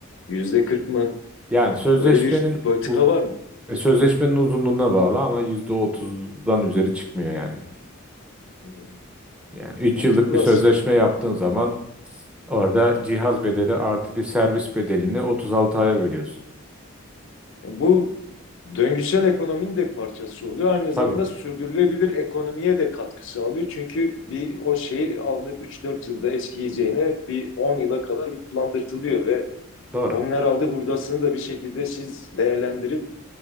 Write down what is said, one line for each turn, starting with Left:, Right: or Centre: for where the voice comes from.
Left: yüzde kırk mı?
Centre: yani sözleşmenin
Left: Öyle bir politika
Centre: uz-
Left: var mı?
Centre: E, sözleşmenin uzunluğuna bağlı ama yüzde otuzdan üzeri çıkmıyor yani.
Left: Hmm,
Centre: Yani üç
Left: Mantıklı
Centre: yıllık bir sözleşme
Left: aslında.
Centre: yaptığın zaman orada cihaz bedeli artı bir servis bedelini otuz altı aya bölüyorsun.
Left: Bu döngüsel ekonominin de parçası oluyor. Aynı zamanda
Centre: Tabii
Left: sürdürülebilir ekonomiye de katkı sağlıyor. Çünkü bir o şeyi alınıp üç dört yılda eskiyeceğine bir 10 yıla kadar bir kullandırtılıyor ve
Centre: doğru.
Left: onun herhalde hurdasını da bir şekilde siz değerlendirip